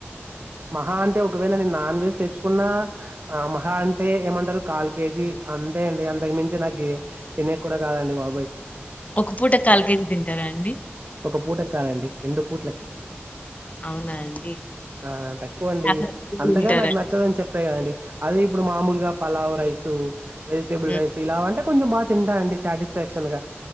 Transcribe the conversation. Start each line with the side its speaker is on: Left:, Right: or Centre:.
Right: మహా అంటే ఒక ఒకవేళ నేన్ నన్వెజ్ తెచ్చుకున్నా మహా అంటే ఏమంటారు కాల్ కేజీ అంతే అండి అంత మించి నాకు తినేకి కుడా కాదండి బాబాయ్
Left: ఒక పూట కాలు కేజీ తింటారా అండి
Right: ఒక పూటకి కాదండి రెండు పూట్లకి
Left: అవునా అండి?
Right: ఆ తక్కువండి
Left: చాలా తక్కువ
Right: అంతగా
Left: తింటారండి.
Right: నాకు నచ్చదని చెప్పేయండి అదే ఇప్పుడు మామూలుగా పలావ్ రైస్ వెజిటేబుల్
Left: హ్మ్.
Right: రైస్ ఇలా అంటే కొంచెం బాగా తింటాను అండి సాటిస్ఫాక్షన్ గా